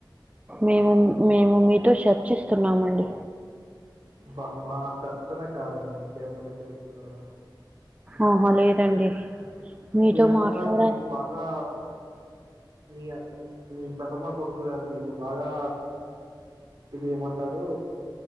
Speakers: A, on the right (about 15°); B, on the right (about 65°).
A: మేము మేము మితో షర్చిస్తున్నామండి
B: బ మా చర్చన కాదండి ఇంకేమన్న చేస్తున్నార
A: ఆహా లేదండి మీతో
B: మీ అన్నగారు
A: మాట్లాడ
B: మీకు బాగా మియ మీ పెదమ్మ కొడుకు గారు మీకు బాగా ఇదేమంటారు